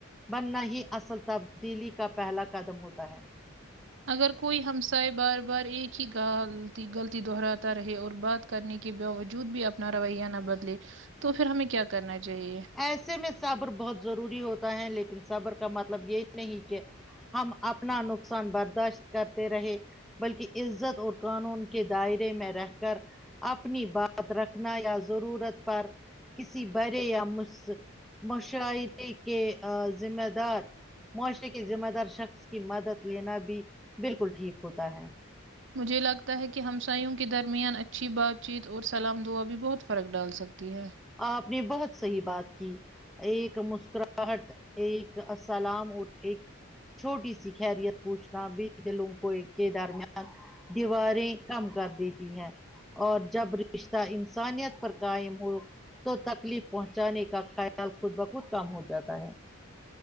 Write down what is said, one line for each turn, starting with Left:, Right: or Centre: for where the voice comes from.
Centre: بننا ہی اصل تبدیلی کا پہلا قدم ہوتا ہے
Right: اگر کوئی ہمسائے بار بار ایک ہی غلطی دہراتا رہے اور بات کرنے کے باوجود بھی اپنا رویہ نہ بدلے تو پھر ہمیں کیا کرنا چاہیے
Centre: ایسے میں صبر بہت ضروری ہوتا ہے لیکن صبر کا مطلب یہی نہیں کہ ہم اپنا نقصان برداشت کرتے رہے بلکہ عزت اور قانون کے دائرے میں رہ کر اپنی بات رکھنا یا ضرورت پر کسی برے یا مش مشاعری کے ذمہ دار معاشرے کے ذمہ دار شخص کی مدد لینا بھی بالکل ٹھیک ہوتا ہے
Right: مجھے لگتا ہے کہ ہمسایوں کے درمیان اچھی بات چیت اور سلام دعا بھی بہت فرق ڈال سکتی ہے
Centre: آپ نے بہت صحیح بات کی ایک مسکراہٹ ایک اسلام اور ایک چھوٹی سی خیریت پوچھنا بھی دلوں کو کے درمیان دیواریں کم کر دیتی ہے اور جب رشتہ انسانیت پر قائم ہو تو تکلیف پہنچانے کا خیال خود بخود کم ہو جاتا ہے